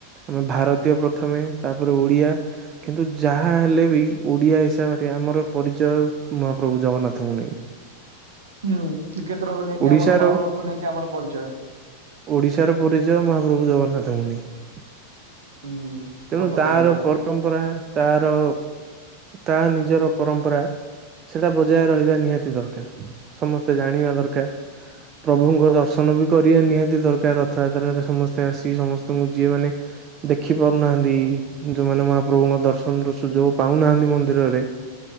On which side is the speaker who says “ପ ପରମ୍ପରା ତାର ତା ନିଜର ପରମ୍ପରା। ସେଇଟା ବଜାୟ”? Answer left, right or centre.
Right